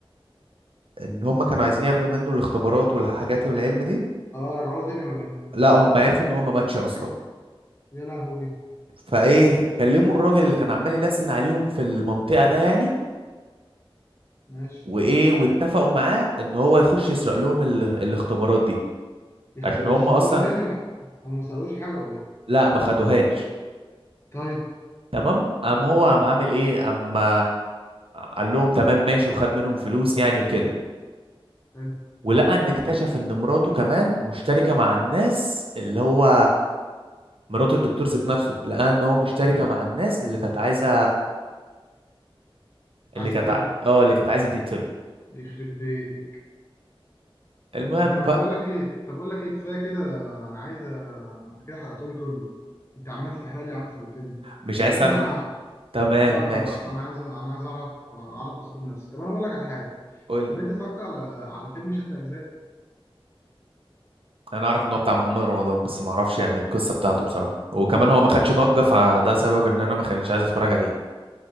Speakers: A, on the right; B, on the left.
A: ان هم كانوا عايزين ياخدوا منه الاختبارات والحاجات والعلم دي
B: اه رجعوا له تاني ولا ايه
A: لا هم عرفوا ان هم ماتش اصلا
B: يا لهوي
A: فايه كلموا الراجل اللي كان عمال يلسن عليهم في المنطقة ده يعني
B: ماشي
A: وايه واتفقوا معاه ان هو يخش يسرق لهم ال... الاختبارات دي
B: يخت...
A: عشان
B: يسرقلهم
A: هم اصلا
B: تاني الحق هم ما سرقوش حاجة ولا ايه
A: لا ما خدوهاش
B: طيب
A: تمام قام هو قام عامل ايه اما قال لهم تمام ماشي وخد منهم فلوس يعني وكده
B: حلو انت
A: ولقى ان اكتشف ان مراته كمان مشتركة مع الناس اللي هو مرات الدكتور ذات نفسه لقى ان هو مشتركة مع الناس اللي كانت عايزة اللي
B: عايز
A: كانت
B: تقتله
A: ع- اه اللي كانت عايزة تقتله
B: يخرب بيتك
A: المهم
B: طب ما
A: بقى
B: بقول لك ايه طب بقول لك ايه كفاية كده ده انا عايز أ- انت كده حرقتولي كله انت عمال تحرق لي يا عم في الفيلم
A: مش عايز
B: سيبني
A: تعرف
B: انا
A: ال- تمام
B: لا لا
A: ماشي
B: انا عايز انا عايز اعرف اعرف اسلوب نفسي طب انا بقول لك على حاجة
A: قول لي
B: طب انت اتفرجت على على فيلم شد اجزاء
A: انا اعرف ان هو بتاع محمد رمضان بس ما اعرفش يعني القصة بتاعته بصراحة وكمان هو ما خدش ضجة فده سبب ان انا ما كانش عايز اتفرج عليه